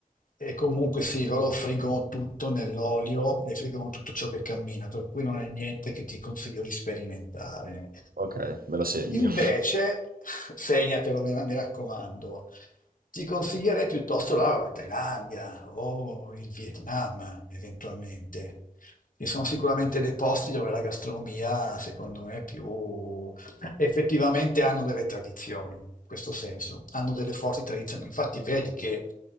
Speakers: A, on the left; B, on the right.
A: E comunque sì, loro friggono tutto nell'olio e friggono tutto ciò che cammina, per cui non è niente che ti consiglio di sperimentare.
B: Okay, me la segno.
A: Invece, segnatelo, mi mi raccomando, ti consiglierei piuttosto la, la Thailandia o il Vietnam, eventualmente, che sono sicuramente dei posti dove la gastronomia, secondo me, è più effettivamente hanno delle tradizioni, in questo senso, hanno delle forti tradizioni. Infatti, vedi che